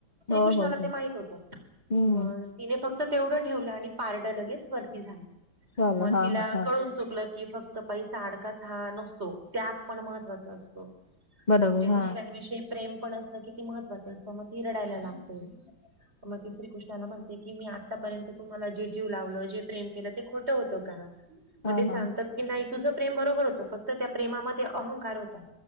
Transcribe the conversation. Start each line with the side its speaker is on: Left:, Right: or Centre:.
Right: श्रीकृष्णाला
Left: हो हो हो
Right: ते माहित होत मग.
Left: हम्म
Right: तिने फक्त तेवढं ठेवलं आणि पारड लगेच वरती झालं.
Left: झालं
Right: मग
Left: हा
Right: तिला
Left: हा हा
Right: कळून चुकलं की फक्त. पैसा आडकाच हा नसतो त्याग पण महत्त्वाचा असतो.
Left: बरोबर
Right: म्हणजे दुसऱ्यांविषयी
Left: हा
Right: प्रेम पण असणं किती महत्वाचं असं म ती रडायला लागते मग ति श्री कृष्णाला म्हणते. की मी आतापर्यंत तुम्हाला जे जीव लावलं जे प्रेम केलं ते खोटं होतं का मग
Left: हा
Right: ते सांगतात.
Left: हा
Right: की नाही तुझं प्रेम बरोबर होतं फक्त त्या प्रेमामध्ये अहंकार होता.